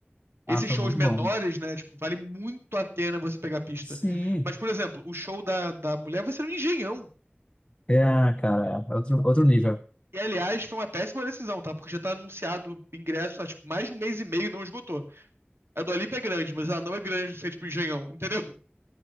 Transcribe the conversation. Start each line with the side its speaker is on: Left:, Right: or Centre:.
Right: Esses
Left: Ah, foi
Right: shows
Left: muito
Right: menores,
Left: bom.
Right: né? Tipo, vale muito a pena você pegar a pista.
Left: Sim.
Right: Mas, por exemplo, o show da, da mulher vai ser no Engenhão.
Left: É, cara, é outro, outro nível.
Right: E, aliás, foi uma péssima decisão, tá? Porque já tá anunciado ingresso há, tipo, mais de um mês e meio e não esgotou. A Dua Lipa é grande, mas ela não é grande se é tipo engenhão, entendeu?